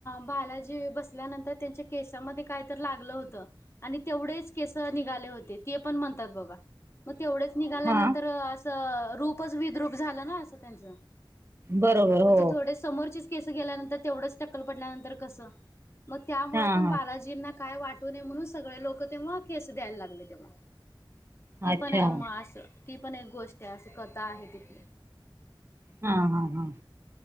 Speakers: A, on the left (about 30°); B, on the right (about 30°).
A: बालाजी बसल्यानंतर त्यांच्या केसामध्ये काय तर लागलं होतं. आणि तेवढेच केसं निघाले होते ते पण म्हणतात बाबा म तेवढेच निघाल्यानंतर
B: हा
A: असं रूपच विद्रूप झालं ना असं त्यांच.
B: बरोबर
A: म्हणजे
B: हो
A: थोडे समोरचेच केस गेल्यानंतर तेवढंच टक्कल पडल्यानंतर कसं मग त्यामुळे
B: हा
A: पण बालाजींना
B: हा
A: काय वाट टू नये म्हणून सगळे लोकं तेव्हा केसं द्याय लागले तेव्हा ते
B: अच्छा
A: पण आहे म असं ती पण एक गोष्ट आहे अशी कथा आहे तिथली.
B: हा हा हा.